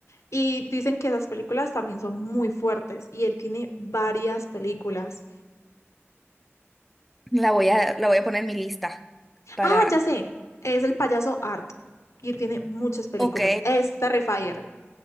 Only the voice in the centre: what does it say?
la voy a, la voy a poner en mi lista para...
Ok.